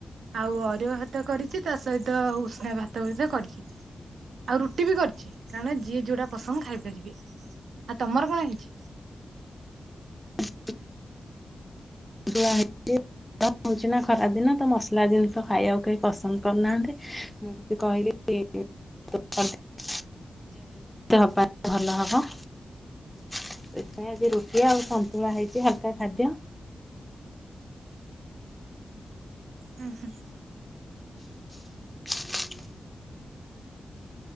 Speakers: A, on the right; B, in the centre.
A: ଆଉ ଅରୁଆ ଭାତ କରିଚି ତା ସହିତ ଉସୁନା ଭାତ ମଧ୍ୟ କରିଚି। ରୁଟି ବି କରିଚି କାରଣ ଯିଏ ଯୋଉଟା ପସନ୍ଦ ଖାଇପାରିବେ। ଆଉ ତମର କଣ ହେଇଚି?
B: ହ <unintelligible> <unintelligible> ହଉଚି ନା ଖରାପ ଦିନ ତ ମସଲା ଜିନିଷ ଖାଇବାକୁ କେହି ପସନ୍ଦ କରୁନାହାନ୍ତି। ମୁଁ ବି କହିଲି <unintelligible> <unintelligible> ଦେହ ପାଇଁ ଭଲ ହବ। ସେଥିପାଇଁ ଆଜି ରୁଟି ଆଉ ସନ୍ତୁଳା ହେଇଚି ହଲକା ଖାଦ୍ୟ।
A: ହୁଁ ହୁଁ।
B: <inaudible>